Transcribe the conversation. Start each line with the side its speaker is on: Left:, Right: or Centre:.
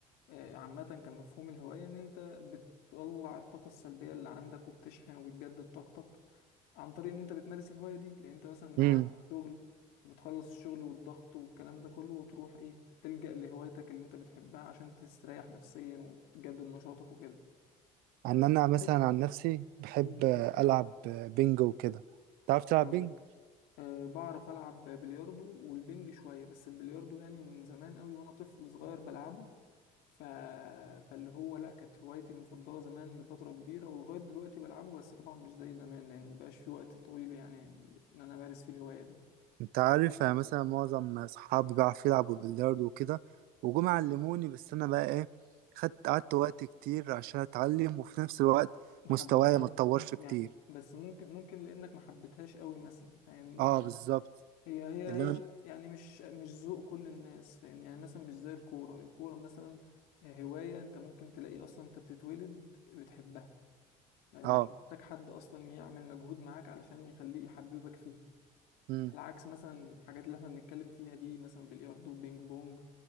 Left: آه، عامة كان مفهوم الهواية إن أنت بتطلع الطاقة السلبية اللي عندك وبتشحن وبتجدد طاقتك عن طريق إن أنت بتمارس الهواية دي لأن أنت مثلا لو
Right: امم
Left: عندك شغل بتخلص الشغل والضغط والكلام ده كله وتروح إيه تلجأ لهوايتك اللي أنت بتحبها عشان تستريح نفسيا وتجدد نشاطك وكده
Right: عن أنا مثلا
Left: بحس
Right: عن نفسي بحب
Left: مم.
Right: ألعب بينجو وكده تعرف تلعب
Left: أيوه
Right: بينج؟
Left: أه بعرف ألعب بلياردو والبنج شوية بس البلياردو يعني من زمان قوي وأنا طفل صغير بلعبه ف... فاللي هو لا كانت هوايتي المفضلة زمان لفترة كبيرة ولغاية دلوقتي بلعبه بس طبعا مش زي زمان لأن مبقاش في وقت طويل يعني إن أنا أمارس فيه الهواية دي
Right: انت عارف يعني مثلا معظم اصحابي بيعرفوا يلعبوا بلياردو وكده وجم علموني بس انا بقى ايه خدت قعدت وقت كتير عشان اتعلم وفي نفس الوقت
Left: ما حبيتها
Right: مستواي ما اتطورش كتير
Left: يعني بس ممكن ممكن لأنك ما حبيتهاش قوي مثلا فاهمني
Right: اه بالظبط
Left: هي هي
Right: اللي
Left: هي
Right: انا
Left: يعني مش مش ذوق كل الناس فاهمني يعني مثلا مش زي الكورة الكورة مثلا هواية أنت ممكن تلاقي أصلا أنت بتتولد بتحبها يعني
Right: اه
Left: مش محتاج حد أصلا يعمل مجهود معاك علشان يخليه يحببك فيها
Right: امم
Left: على عكس مثلا الحاجات اللي احنا بنتكلم فيها دي مثلا بلياردو بينج بونج